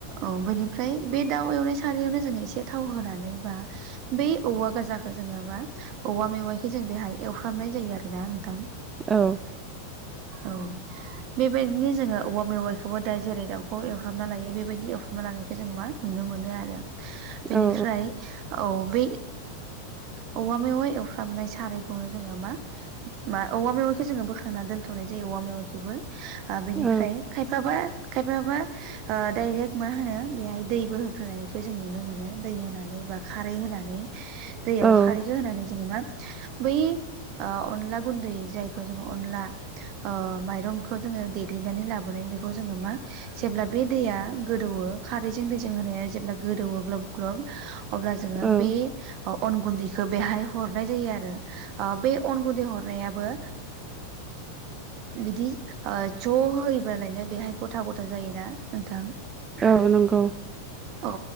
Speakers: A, on the right (about 40°); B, on the right (about 20°).
A: औ बेनिफ्राय बे दाउ एवनाय सारयावनो जोङ एसे थाव होनानै बा बै औवा गोजाखौ जोङो मा औवा मेवाइखौ जों बेहाय एवफ्रामनाय जायो आरोना नोंथां
B: औ
A: औ बेबायदिनो जोङो औवा मेवाइखौबो दा जेरै दाउखौ एवफ्रामना लायो बेबायदि एवफ्रामना लानायखाय जोङो मा नुनो मोनो आरो
B: औ
A: बेनिफ्राय
B: औ
A: औ बे औवा मेवाइ एवफ्रामनाय सारायखौनो जोङो मा मा औवा मेवाइखौ जोङो बोखांनानै दोनथ'नाय जायो औवा मेवखौबो ओ बेनिफ्राय
B: औ
A: खायफाबा खायफाबा ओ डायरेक्ट मा होनो बेहाय दैबो होग्रोनायखौ जों नुनो मोनो दै होनानै बा खारै होनानै दैयाव
B: औ
A: खारैखौ होनानै जोङो मा बै ओ अनला गुन्दै जायखौ जोङो अनला ओ माइरंखौ जोङो देग्लिनानै लाबोनाय बेखौ जोङो मा जेब्ला बे दैया गोदौओ खारैजों दैजों होनाया जेब्ला गोदौओ ग्लब ग्लब अब्ला जोङो
B: औ
A: बे अन गुन्दैखौ बेहाय हरनाय जायो आरो ओ बे अन गुन्दै हरनायाबो बिदि ओ ज' होयोबालायनो बेहाय गथा गथा जायोना नोंथां
B: औ नंगौ
A: औ